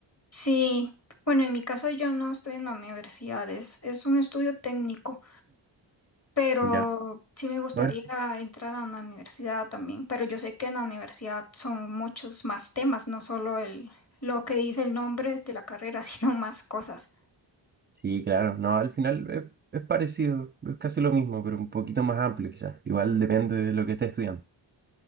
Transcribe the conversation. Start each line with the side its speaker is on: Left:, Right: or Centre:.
Left: Sí, bueno, en mi caso yo no estoy en la universidad, es, es un estudio técnico, pero
Right: Ya.
Left: sí me gustaría
Right: Bueno,
Left: entrar a una universidad también, pero yo sé que en la universidad son muchos más temas, no solo el, lo que dice el nombre de la carrera, <laughs> sino más cosas.
Right: sí, claro. No, al final es, es parecido, es casi lo mismo, pero un poquito más amplio quizás. Igual depende de lo que estés estudiando.